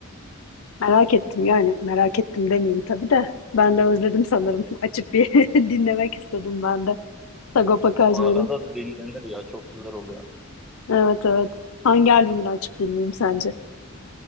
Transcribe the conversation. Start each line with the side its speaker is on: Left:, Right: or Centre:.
Left: Merak ettim yani merak ettim demeyeyim tabii de. Ben de özledim sanırım. <laughs> Açıp bir <laughs> dinlemek istedim ben de. Sagopa Kajmer'in.
Centre: Arada dinlenir ya çok güzel oluyor.
Left: Evet evet. Hangi albümünü açıp dinleyeyim sence?